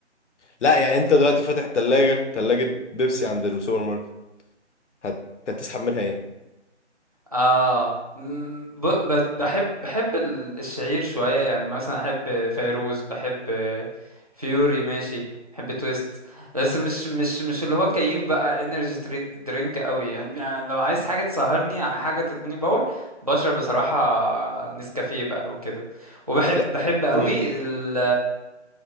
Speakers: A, on the left (about 75°); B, on the right (about 30°).
A: لا يعني انت دلوقتي فاتح تلاجة تلاجة بيبسي عند السوبر ماركت هت... هتسحب منها ايه
B: اه م، ب... ب... بحب بحب ال- الشعير شوية يعني مثلا احب فيروز بحب فيوري ماشي بحب تويست بس مش مش مش اللي هو كيف بقى انرجي درينك قوي يعني, يعني لو عايز حاجة تسهرني على حاجة تديني باور بشرب بصراحة نسكافيه بقى وكده وبحب
A: لا
B: بحب قوي
A: امم
B: ال...